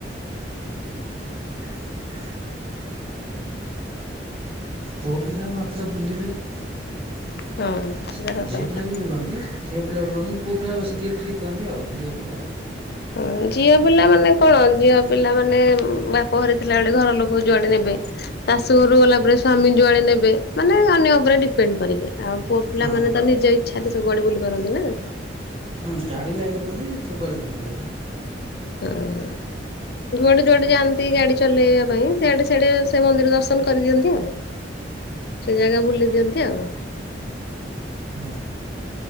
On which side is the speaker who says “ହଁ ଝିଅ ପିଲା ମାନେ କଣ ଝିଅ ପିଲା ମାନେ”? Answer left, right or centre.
Left